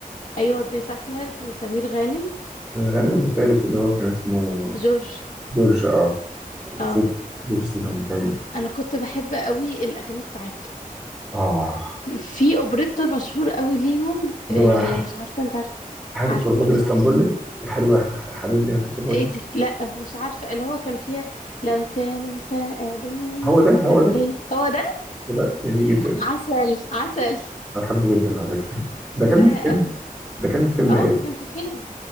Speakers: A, on the left; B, in the centre.
A: ايوه ضيف احمد وسمير غانم
B: غني والتالت اللي هو كان اسمه
A: جورج
B: جورج اه
A: اه
B: سيد جورج سيدهم كان
A: انا كنت بحب قوي الاغاني بتاعتهم
B: اه
A: في اوبريتا مشهور قوي ليهم
B: اللي
A: آه
B: هو
A: مش عارفه انت عارفه
B: هات
A: عارفه
B: الكرباج
A: ولا
B: الاسطنبولي
A: لا
B: حلوة حلول لي هات الكرباج
A: ايه
B: الاسطنبولي.
A: دي لا مش عارفه اللي هو كان فيها لو كانوا سالونا
B: هو ده هو
A: طب
B: ده
A: ليه هو ده
B: هو ده جميل جدا
A: عسل عسل
B: أنا بحبه جدا على فكرة ده كان
A: وانا
B: من فيلم
A: قوي
B: ده كان من فيلم
A: اه
B: إيه ده؟
A: كان في فيلم